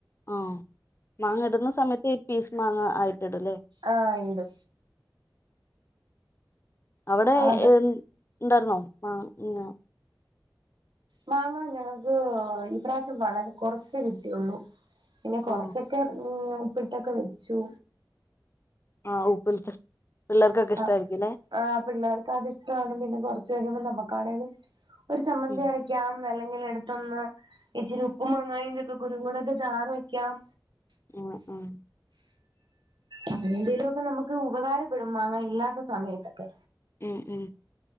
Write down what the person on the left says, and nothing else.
ആഹ് മാങ്ങ ഇടുന്ന സമയത്ത് ഇ പീസ് മാങ്ങ ആയിട്ടിടുംല്ലെ
അവിടെ
ഹേ ഇണ്ടായിരുന്നോ മാങ്ങാ
ആ
ആഹ ഉപ്പിലിട്ടത്, പിള്ളേർക്കൊക്കെ
ഇഷ്ടമായിരിക്കും ല്ലേ.
ഉം
ഉം അഹ്‌
ഉം ഉം